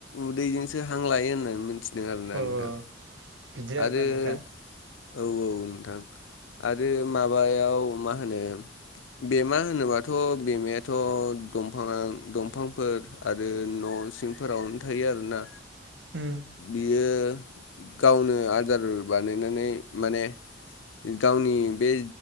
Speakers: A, on the left; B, on the right.
A: उदैजोंसो हां लायो होननानै मिथि दों आरोना
B: अ
A: नोंथां
B: बिदि आरोना
A: आरो
B: नोंथां
A: औ औ नोंथां आरो माबायाव मा होनो बेमा होनोबाथ' बेमायाथ' दफां दंफांफोर आरो न' सिंफोरावनो थायो आरोना
B: उम
A: बियो गावनो आदार बानायनानै माने गावनि बे